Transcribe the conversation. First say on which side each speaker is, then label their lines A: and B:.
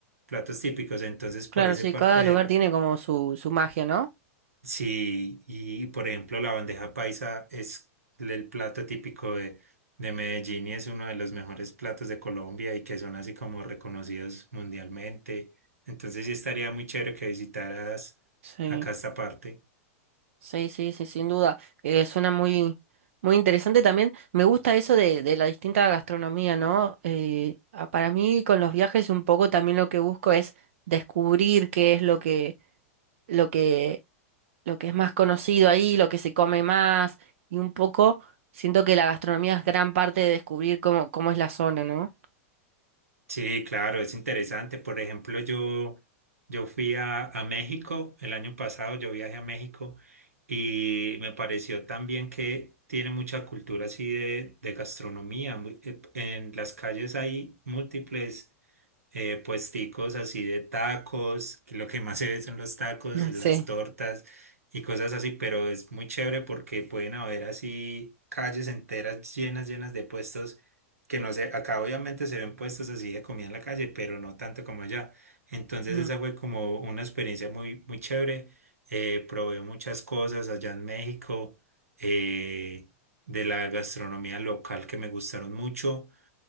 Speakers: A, on the right; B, on the right.
A: platos típicos. Entonces, por
B: Claro,
A: esa
B: sí,
A: parte
B: cada
A: de
B: lugar
A: la...
B: tiene como su, su magia, ¿no?
A: Sí, y por ejemplo, la bandeja paisa es el plato típico de, de Medellín y es uno de los mejores platos de Colombia y que son así como reconocidos mundialmente. Entonces, sí estaría muy chévere que visitaras
B: Sí.
A: acá esta parte.
B: Sí, sí, sí, sin duda. Eh, suena muy, muy interesante también. Me gusta eso de, de la distinta gastronomía, ¿no? Eh, a- para mí con los viajes un poco también lo que busco es descubrir qué es lo que, lo que, lo que es más conocido ahí, lo que se come más, y un poco siento que la gastronomía es gran parte de descubrir cómo, cómo es la zona, ¿no?
A: Sí, claro, es interesante. Por ejemplo, yo, yo fui a, a México el año pasado, yo viajé a México y me pareció también que tiene mucha cultura así de, de gastronomía. muy- eh, En las calles hay múltiples eh, puesticos así de tacos, que lo que más se ve son los tacos,
B: <laughs> Mm, Sí.
A: las tortas y cosas así, pero es muy chévere porque pueden haber así calles enteras llenas, llenas de puestos que no sé, acá obviamente se ven puestos así de comida en la calle, pero no tanto como allá. Entonces
B: Mm,
A: esa fue como una experiencia muy, muy chévere. Eh, probé muchas cosas allá en México, eh, de la gastronomía local que me gustaron mucho.